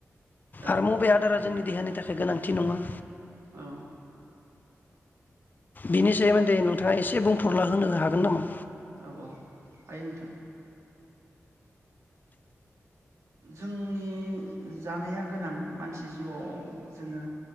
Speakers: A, on the right (about 75°); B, on the left (about 35°).
A: औ
B: आरो मबे
A: औ
B: आदारा जोंनि देहानि थाखाय थाखाय गोनांथि नङा
A: औ।
B: बिनि सोमोन्दै नोंथाङा एसे बुं बुरला होनो हागोन नामा?
A: औ औ हायो नोंथां। जोंनि जानाया गोनां मानसि जिउआव जोङो